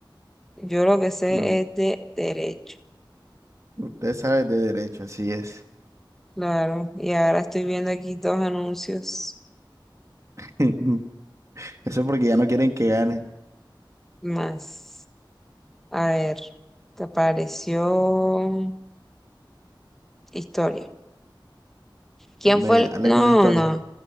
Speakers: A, in the centre; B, on the right.
A: Yo lo que sé
B: Mm,
A: es de derecho.
B: Usted sabe de derecho, así es.
A: Claro, y ahora estoy viendo aquí dos anuncios
B: <laughs> Eso porque ya no quieren que gane.
A: más. A ver, te apareció historia. ¿Quién
B: Le-
A: fue el...?
B: Dale
A: No,
B: con la historia.
A: no,